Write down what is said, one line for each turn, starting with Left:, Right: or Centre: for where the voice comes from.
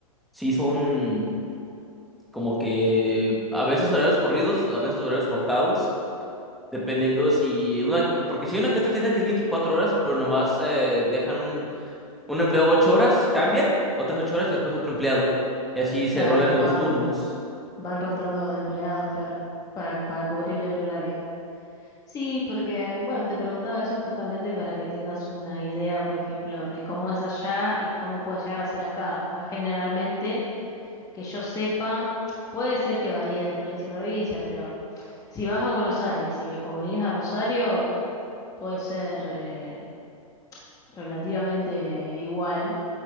Centre: sí son como que a veces horarios corridos, a veces horarios cortados Dependiendo si una, porque si hay una que otra tienda que es 24 horas, pero nomás eh, dejan un, un empleado 8 horas, cambian otras 8 horas y después otro empleado. Y así se
Left: claro,
Centre: rolan en
Left: van,
Centre: los turnos.
Left: van rotando de empleados, claro, para, para cubrirle el horario. Sí, porque, bueno, te preguntaba eso justamente para que tengas una idea, por ejemplo, de cómo es allá y cómo puede llegar a ser acá. Acá generalmente, que yo sepa, puede ser que varíe de provincia a provincia, pero Si vas a Buenos Aires y- o venís a Rosario, puede ser eh, relativamente igual